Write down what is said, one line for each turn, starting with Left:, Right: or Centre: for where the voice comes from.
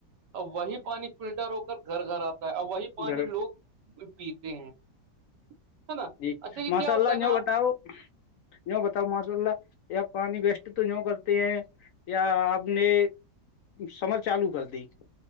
Right: ا وہی پانی فلٹر ہو کر گھر گھر آتا ہے اور وہی پانی
Left: گھر
Right: لوگ پیتے ہیں ہے نا
Left: جی
Right: دیکھیے
Left: ماشاء
Right: کیا ہوتا
Left: اللہ
Right: ہے نا
Left: یوں بتاؤ یوں بتاؤ ماشاء اللہ یا پانی ویسٹ تو یوں کرتے ہیں یا آپ نے سمر چالو کر دی